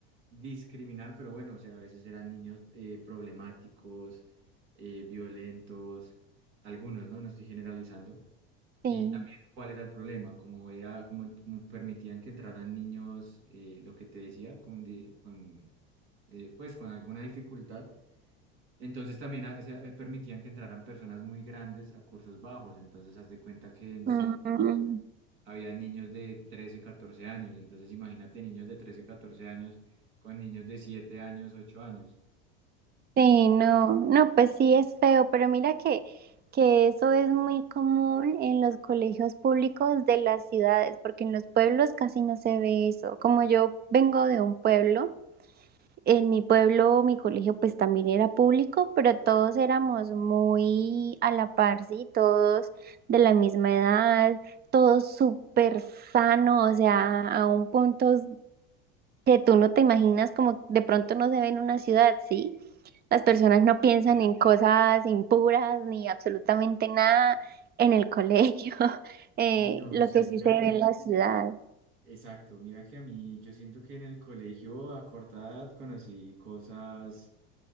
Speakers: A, on the right; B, on the right.
A: discriminar, pero bueno, o sea, a veces eran niños eh, problemáticos, eh, violentos, algunos, ¿no? No estoy generalizando. Y
B: Sí.
A: también cuál era el problema, como era, como, como permitían que entraran niños, eh, lo que te decía, con, di- con, eh, pues con alguna dificultad. Entonces también a- se- eh, permitían que entraran personas muy grandes a cursos bajos. Entonces haz de cuenta que en
B: Mm,
A: segundo, tercero, había niños de 13 14 años. Entonces imagínate niños de 13 14 años con niños de 7 años, 8 años.
B: Sí, no, no, pues sí es feo, pero mira que, que eso es muy común en los colegios públicos de las ciudades, porque en los pueblos casi no se ve eso. Como yo vengo de un pueblo, en mi pueblo mi colegio pues también era público, pero todos éramos muy a la par, sí, todos de la misma edad, todos súper sanos, o sea, a un punto que tú no te imaginas como de pronto no se ve en una ciudad, sí. Las personas no
A: Ok,
B: piensan
A: ok.
B: en cosas impuras ni absolutamente nada en el colegio. <laughs> Eh,
A: No
B: lo
A: sé,
B: que sí
A: mira
B: se ve
A: que
B: en la ciudad
A: Exacto, mira que a mí yo siento que en el colegio a corta edad conocí cosas